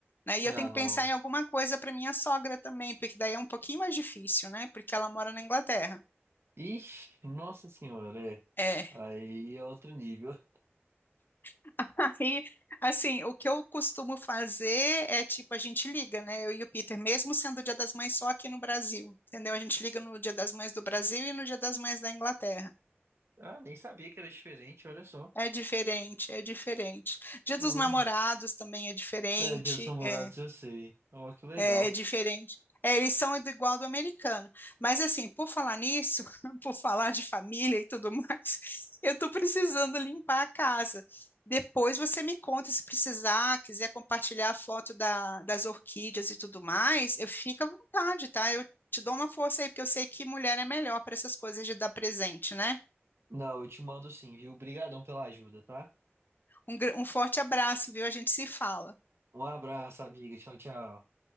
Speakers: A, on the left; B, on the right.
A: né? E
B: Ah,
A: eu tenho
B: não.
A: que pensar em alguma coisa para minha sogra também, porque daí é um pouquinho mais difícil, né? Porque ela mora na Inglaterra.
B: Ixi, nossa senhora, é.
A: É.
B: Aí é outro nível.
A: <laughs> Aí, assim, o que eu costumo fazer é tipo, a gente liga, né? Eu e o Peter, mesmo sendo o Dia das Mães só aqui no Brasil, entendeu? A gente liga no Dia das Mães do Brasil e no Dia das Mães da Inglaterra.
B: Ah, nem sabia que era diferente, olha só.
A: É diferente, é diferente. Dia
B: Olha.
A: dos Namorados também é diferente,
B: É, Dia dos Namorados,
A: é,
B: eu sei. Ó, que legal.
A: é, é diferente. É, eles são do- igual do americano. Mas assim, por falar nisso, <laughs> por falar de família e tudo mais, eu tô precisando limpar a casa. Depois você me conta se precisar, quiser compartilhar a foto da- das orquídeas e tudo mais, eu fico à vontade, tá? Eu te dou uma força aí, porque eu sei que mulher é melhor para essas coisas de dar presente, né?
B: Não, eu te mando sim, viu? Obrigadão pela ajuda, tá?
A: Um, gr- um forte abraço, viu? A gente se fala.
B: Um abraço, amiga. Tchau, tchau.